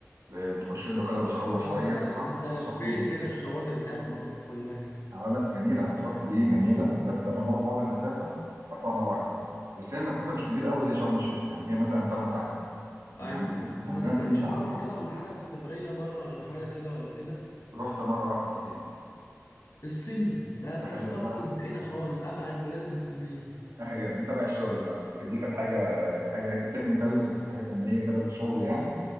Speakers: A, on the right; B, on the left.
A: ب- بتخش له كده بصعوبة شوية
B: اه ده
A: بتبقى
B: ده
A: على
B: انت لفيت
A: الصخور وكده
B: كده الشواطئ بتاعت مطروح كلها
A: اه لا جميلة هتروح دي جميلة بس عشان برضه بعد المسافة رحتها مرة واحدة بس بس هي المسافة مش كبيرة قوي زي شرم الشيخ يعني هي مثلا 8 ساعات من
B: ايوه
A: عندنا من
B: وما
A: عندنا
B: سافرتش
A: 8 ساعات
B: بره
A: في القطر.
B: كده ولا حاجه في سفريه بره ولا حاجه كده ولا كده
A: رحت مرة واحدة الصين
B: الصين ده انت
A: تخيل
B: اخترت
A: بقى
B: البعيده خالص ابعد بلاد المسلمين
A: ايوه دي تبع الشغل بقى دي كانت حاجه حاجه تكنيكال حاجه فنيه كده في الشغل يعني